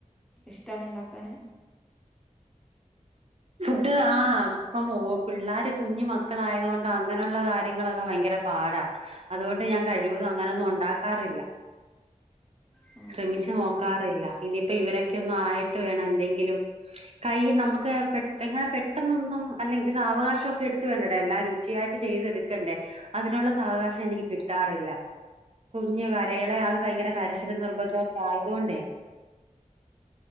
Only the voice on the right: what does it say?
ഫുഡ് ആ് ഇപ്പം ഓ പിള്ളോര് കുഞ്ഞു മക്കള ആയതു കൊണ്ട് അങ്ങനെയുള്ള കാര്യങ്ങളൊക്കെ ഭയങ്കര പാടാ അതുകൊണ്ട് ഞാൻ കഴിവതും അങ്ങനൊന്നും ഉണ്ടാക്കാറില്ല
ശ്രമിച്ചു നോക്കാറില്ല ഇനിയിപ്പോ ഇവരൊക്കെയ ഒന്നും ആയിട്ട് വേണം എന്തെങ്കിലും കൈയ് നമുക്ക് പെട്ടെന്ന്. പെട്ടെന്നൊന്നും അല്ലെങ്കിൽ സാവകാശം ഒക്കെ എടുത്തുേണ്ടേ എല്ലാം രുചിയായിട്ട് ചെയ്തെടുക്കണ്ടേ അതിനുള്ള സാവകാശം എനിക്ക് കിട്ടാറില്ല കുഞ്ഞു കരയല് ആള് ഭയങ്കര കരച്ചിലും നിർബന്ധം ഒക്കെ ആയതോണ്ടെ